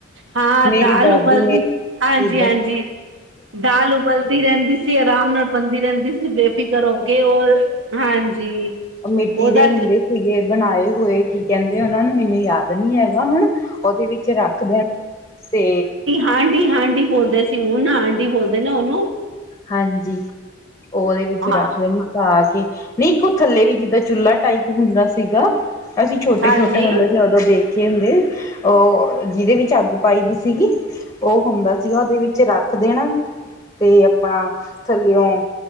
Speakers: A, on the right (about 80°); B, on the left (about 15°).
A: ਹਾਂ
B: ਮੇਰੀ
A: ਦਾਲ
B: ਦਾਦੀ
A: ਹੋ ਉਬਲਦੀ
B: ਮੇਰੇ
A: ਹਾਂਜੀ-ਹਾਂਜੀ
B: ਨਾਲ ਏਦਾਂ ਹੀ
A: ਦਾਲ ਉਬਲਦੀ ਰਹਿੰਦੀ ਸੀ, ਆਰਾਮ ਨਾਲ ਬਣਦੀ ਰਹਿੰਦੀ ਸੀ ਬੇ ਫਿਕਰ ਹੋ ਕੇ, ਉਹ ਹਾਂਜੀ
B: ਮਿੱਟੀ
A: ਉਹਦਾ
B: ਦੇ ਹੁੰਦੇ ਸੀਗੇ ਬਣਾਏ ਹੋਏ ਕੀ ਕਹਿੰਦੇ ਉਹਨਾ ਨੂੰ, ਮੈਨੂੰ ਯਾਦ ਨੀ ਹੈਗਾ ਹੁਣ ਉਹਦੇ, ਵਿੱਚ ਰੱਖ ਦੇਣ ਤੇ
A: ਹਾਂਢੀ -ਹਾਂਢੀ ਬੋਲਦੇ ਸੀ, ਹੁਣ ਆਂਢੀ ਬੋਲਦੇ ਨਾ ਉਹਨੂੰ
B: ਹਾਂਜੀ, ਉਹਦੇ ਵਿੱਚ
A: ਹਾਂ
B: ਰੱਖ ਦੇਣੀ ਪਾ ਕੇ, ਨਹੀਂ ਵੇਖੋ ਥੱਲੇ ਵੀ ਕਿਤੇ ਚੁੱਲ੍ਹਾ, ਟਾਈਪ ਹੁੰਦਾ ਸੀਗਾ, ਅਸੀਂ ਛੋਟੇ--ਛੋਟੇ
A: ਹਾਂਜੀ
B: ਹੁੰਦੇ ਸੀ ਦੇਖ ਕੇ ਹੁੰਦੇ, ਉਹ ਜਿਹਦੇ ਵਿੱਚ ਅੱਗ ਪਾਈ ਦੀ ਸੀਗੀ ਉਹ ਹੁੰਦਾ ਸੀਗਾ, ਉਹਦੇ ਵਿੱਚ ਰੱਖ ਦੇਣਾ ਤੇ, ਆਪਣਾ ਥੱਲਿਓ